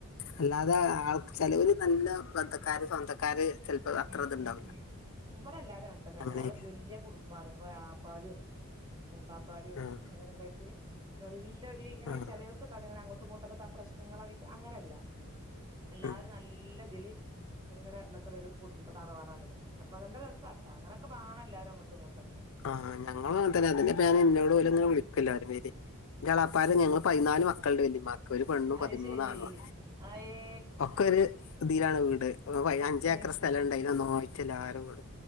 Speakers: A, on the left; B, on the right.
A: അല്ലാതെ ആൾ ചെലോര് നല്ല ബന്ധക്കാര് സ്വന്തക്കാര് ചെലപ്പോ അത്ര
B: ഉംഹ്
A: ഇത്ണ്ടാവൂല
B: ഉം ഹ് ഉം ഹ് മ്പടെ എല്ലാരും അങ്ങൻതന്നെട്ടോ
A: അങ്ങനെയൊക്കെ
B: ങ്ങള് വെല്യ കുടുംബാണ് ഇപ്പ ളാപ്പാരും മൂത്താപ്പാരും
A: ആഹ്
B: അങ്ങനൊക്കായിട്ട് നല്ലൊരു ഇങ്ങനെ
A: ആഹ്
B: ചെലർ പ്പെന്താറിയൊ ഞങ്ങളങ്ങോട്ടും ഇങ്ങോട്ടൊത്താ പ്രശ്നങ്ങളായിട്ട് അങ്ങനെല്ലാ എല്ലാരും
A: ഉം
B: നല്ല ഇതില് ഇങ്ങനെ നിക്കണൊരു കുടുംബ തറവാടാണ്‌ അപ്പൊ നല്ല രസാണ് അങ്ങനൊക്കെ ബാണല്ലാരും അങ്ങോട്ടും ഇങ്ങോട്ടൊക്കെ
A: ആ ഞങ്ങളങ്ങൻ ത്തന്നെ അതിന്റെപേ എന്നോട് ഓലും വിളിയ്ക്കെല്ലാരും വെരി ന്റെളാപ്പാരും
B: ഉം
A: ഞങ്ങൾ
B: ഉം
A: പയിനാല്
B: ഉം
A: മക്കളുണ്ട് വെല്ലിമാക്ക് ഒരു പെണ്ണും
B: അത്
A: പതിമൂന്നു
B: ശരി
A: ആണ
B: ആയേ
A: ഒക്കെര് തിലാണ് വീട് പ്പ അഞ്ചേക്കർ
B: അത്
A: സ്ഥലണ്ടേനോയിറ്റ്
B: ശരി
A: എല്ലാരും വീടും